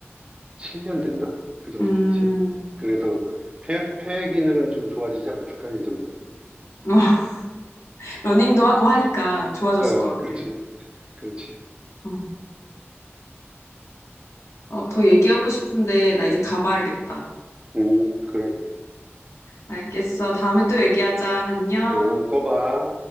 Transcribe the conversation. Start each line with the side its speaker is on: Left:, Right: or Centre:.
Right: 7년 됐나? 그 정도
Left: 음,
Right: 되지. 그래서 폐, 폐 기능은 좀 좋아지지 않았을까, 예전보다?
Left: 어, <laughs> 러닝도 하고 하니까 좋아졌을
Right: 어,
Left: 것 같아.
Right: 그렇지, 그렇지.
Left: 응. 어, 더 얘기하고 싶은데 나 이제 가봐야겠다.
Right: 음, 그래, 그래.
Left: 알겠어. 다음에 또 얘기하자. 안녕.
Right: 어, 또 봐.